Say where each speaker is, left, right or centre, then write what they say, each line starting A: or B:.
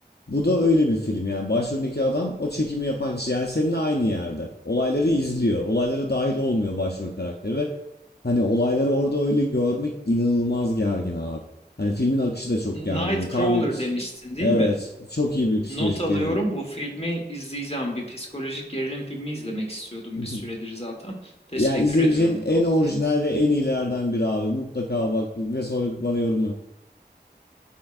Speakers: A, on the left (about 65°); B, on the left (about 35°).
A: Bu da öyle bir film yani başroldeki adam o çekimi yapan kişi yani seninle aynı yerde. Olayları izliyor. Olaylara dahil olmuyor başrol karakteri ve Hani olayları orada öyle görmek inanılmaz gergin abi. Hani filmin akışı da çok
B: Nightcrawler
A: gergindi. Tam bir pis-
B: demiştin değil
A: Evet,
B: mi?
A: çok iyi bir psikolojik
B: Not alıyorum.
A: gerilim.
B: Bu filmi izleyeceğim. Bir psikolojik gerilim filmi izlemek istiyordum
A: <laughs>
B: bir süredir zaten. Teşekkür
A: Yani izleyebileceğin
B: ediyorum
A: en
B: tavsiyeniz.
A: orijinal ve en iyilerden biri abi. Mutlaka bak ve sonra bana yorum yap.